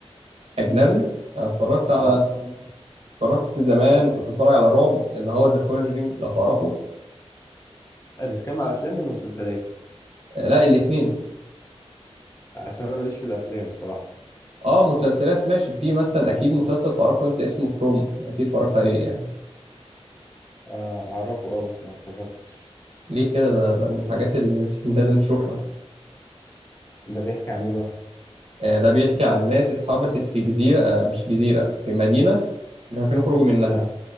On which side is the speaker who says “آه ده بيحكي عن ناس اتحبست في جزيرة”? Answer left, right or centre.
Right